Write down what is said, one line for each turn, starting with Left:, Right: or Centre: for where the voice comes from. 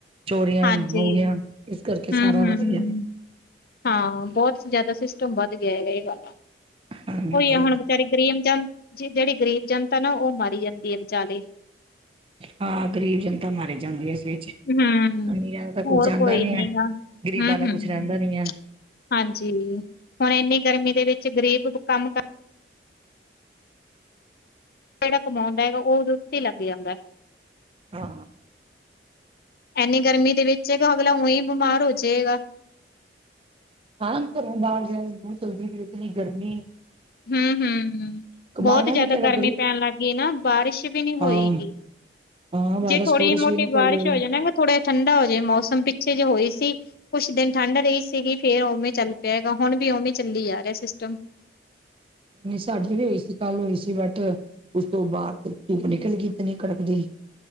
Right: ਚੋਰੀਆਂ
Left: ਹਾਂਜੀ।
Right: ਹੋ ਗਈ, ਇਸ ਕਰਕੇ ਸਾਰਾ
Left: ਹੂੰ, ਹੂੰ।
Right: ਵਧੀਆ
Left: ਹਾਂ ਬੋਤ ਜ਼ਿਆਦਾ ਸਿਸਟਮ ਵੱਧ ਗਿਆ ਹੈਗਾ ਇਹ ਵਾਲਾ
Right: ਹਾਂਜੀ
Left: ਉਹੀ ਆ ਹੁਣ ਵਿਚਾਰੇ ਗਰੀਬ ਜਨ ਜਿਹੜੀ ਗਰੀਬ ਜਨਤਾ ਨਾ ਉਹ ਮਰੀ ਜਾਂਦੀ ਹੈ ਵਿਚਾਲੇ
Right: ਹਾਂ ਗ਼ਰੀਬ ਜਨਤਾ ਮਾਰੀ ਜਾਂਦੀ ਐ। ਇਸ ਵਿੱਚ
Left: ਹੂੰ।
Right: ਅਮੀਰਾਂ ਦਾ ਤਾਂ ਕੁੱਛ
Left: ਹੋਰ
Right: ਜਾਂਦਾ
Left: ਕੋਈ
Right: ਨੀ ਏ,
Left: ਗਾ।
Right: ਗ਼ਰੀਬਾਂ
Left: ਹੂੰ,
Right: ਦਾ
Left: ਹੂੰ।
Right: ਕੁੱਛ ਰਹਿੰਦਾ ਨੀ ਏ।
Left: ਹਾਂਜੀ, ਹੁਣ ਇੰਨੀ ਗਰਮੀ ਦੇ ਵਿੱਚ ਗ਼ਰੀਬ ਕੰਮ ਜਿਹੜਾ ਕਮਾਉਂਦਾ ਹੈਗਾ, ਉਹਦੇ ਉੱਤੇ ਹੀ ਲੱਗ ਜਾਂਦਾ ਐ।
Right: ਹਾ।
Left: ਇੰਨੀ ਗਰਮੀ ਦੇ ਵਿੱਚ, ਹੈਗਾ ਅਗਲਾ ਉਹੀ ਬਿਮਾਰ ਹੋ ਜਾਵੇਗਾ।
Right: ਹਾਂ, ਘਰ ਬਾਹਰ ਜਾ ਮਹ ਚੱਲਦੀ ਪਈ ਇਤਨੀ ਗਰਮੀ।
Left: ਹੂੰ, ਹੂੰ ਹੁੰ
Right: ਕਮਾਣਾ
Left: ਬਹੁਤ ਜਿਆਦਾ
Right: ਵੀ ਕਿਹੜਾ
Left: ਗਰਮੀ
Right: ਗਰੀਬ
Left: ਪੈਣ ਲੱਗ ਗਈ ਨਾ ਬਾਰਿਸ਼ ਵੀ ਨੀ ਹੋਈ
Right: ਹਾਂ
Left: ਗੀ।
Right: ਹਾਂ ਬਾਰਿਸ਼
Left: ਜੇ, ਥੋੜੀ
Right: ਬੁਰਿਸ਼
Left: ਮੋਟੀ
Right: ਵੀ ਨੀ
Left: ਬਾਰਿਸ਼
Right: ਕੋਈ ਹੋਈ
Left: ਹੋ ਜਾਏ ਨਾ ਫੇਰ ਥੋੜਾ ਜਿਹਾ ਠੰਡਾ ਹੋ ਜੇ ਮੌਸਮ ਪਿੱਛੇ ਜੇ ਹੋਈ ਸੀ। ਕੁਛ ਦਿਨ ਠੰਢ ਰਹੀ ਸੀਗੀ, ਫੇਰ ਉਵੇਂ ਚੱਲ ਪਿਆ ਹੈਗਾ ਹੁਣ ਵੀ ਉਵੇਂ ਚੱਲੀ ਜਾ ਰਿਹਾ ਸਿਸਟਮ।
Right: ਨਹੀਂ, ਸਾਡੀ ਵੀ ਹੋਈ ਸੀ ਕੱਲ ਹੋਈ ਸੀ ਬਟ। ਉਸ ਤੋਂ ਬਾਅਦ, ਧੁੱਪ ਨਿਕਲ ਗਈ ਇਤਨੀ ਕੜਕਦੀ।